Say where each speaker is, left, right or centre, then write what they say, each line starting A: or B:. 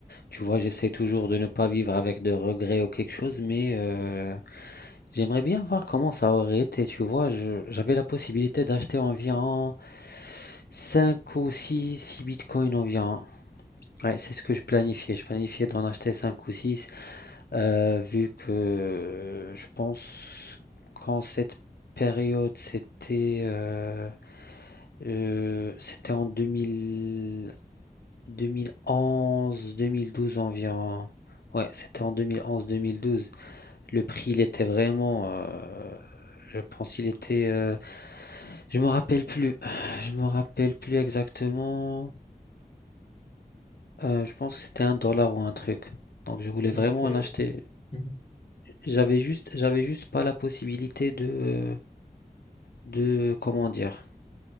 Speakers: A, on the left; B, on the left.
A: Tu vois, j'essaie toujours de ne pas vivre avec de regrets ou quelque chose, mais euh, j'aimerais bien voir comment ça aurait été. Tu vois, je- j'avais la possibilité d'acheter environ cinq ou six six bitcoins environ. Ouais, c'est ce que je planifiais. Je planifiais d'en acheter 5 ou 6 euh, vu que je pense qu'en cette période, c'était euh, euh, c'était en deux mille deux mille onze, deux mille douze environ. Ouais, c'était en deux deux mille onze mille douze Le prix, il était vraiment, euh, je pense, il était, euh, je me rappelle plus, je me rappelle plus exactement. Euh, je pense que c'était un dollar ou un truc. Donc je voulais vraiment
B: Mhm. Ok.
A: en acheter.
B: Mhm.
A: J'avais juste, j'avais juste pas la possibilité de, de, comment dire,